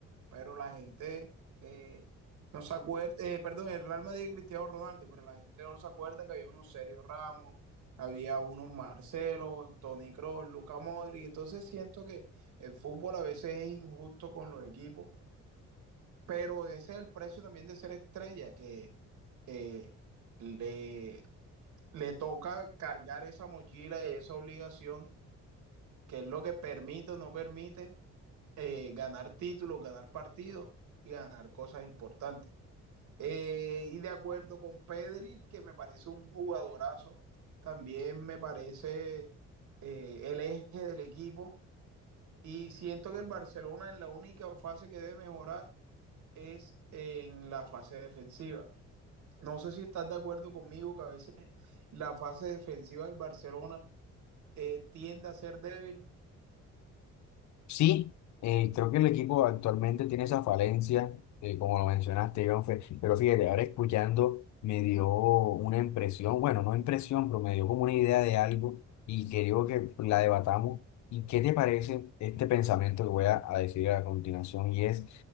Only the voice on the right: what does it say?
pero la gente eh, no se acuerda, eh, perdón, el Real Madrid de Cristiano Ronaldo, pero la gente no se acuerda que había unos Sergio Ramos, había unos Marcelo, Toni Kroos, Luca Modric, entonces siento que el fútbol a veces es injusto con los equipos pero ese es el precio también de ser estrella, que eh, le, le toca cargar esa mochila y esa obligación, que es lo que permite o no permite eh, ganar títulos, ganar partidos y ganar cosas importantes. Eh, y de acuerdo con Pedri, que me parece un jugadorazo, también me parece eh, el eje del equipo. Y siento que el Barcelona en la única fase que debe mejorar es en la fase defensiva. No sé si estás de acuerdo conmigo que a veces la fase defensiva del Barcelona eh, tiende a ser débil.